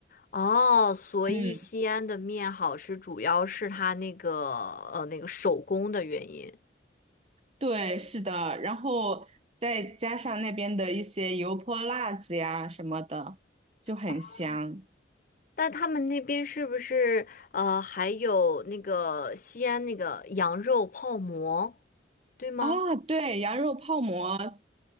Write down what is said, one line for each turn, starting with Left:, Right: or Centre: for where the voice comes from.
Left: 哦，所以西安的面好吃，
Right: 嗯，
Left: 主要是它那个呃那个手工的原因。
Right: 对，是的。然后再加上那边的一些油泼辣子呀什么的，就很香
Left: 哦但他们那边是不是呃还有那个西安那个羊肉泡馍？对吗？
Right: 啊。对，羊肉泡馍，